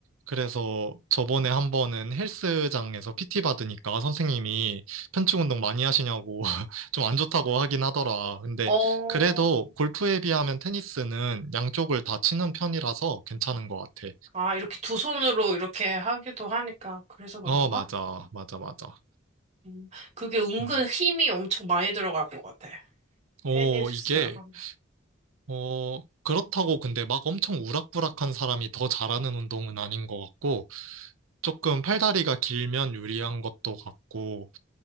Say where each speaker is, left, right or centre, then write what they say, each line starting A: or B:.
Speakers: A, on the right; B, on the right.
A: 그래서 저번에 한 번은 헬스장에서 PT 받으니까 선생님이 편충 운동 많이 하시냐고 <laughs> 좀 안 좋다고 하긴 하더라 근데
B: 어.
A: 그래도 골프에 비하면 테니스는 양쪽을 다 치는 편이라서 괜찮은 것 같아
B: 아, 이렇게 두 손으로 이렇게 하기도 하니까 그래서 그런가?
A: 어 맞아 맞아 맞아
B: 음. 그게 은근
A: 음.
B: 힘이 엄청 많이 들어갈 것 같아.
A: 오,
B: 테니스.
A: 이게
B: 하면.
A: 어, 그렇다고 근데 막 엄청 우락부락한 사람이 더 잘하는 운동은 아닌 것 같고, 조금 팔다리가 길면 유리한 것도 같고,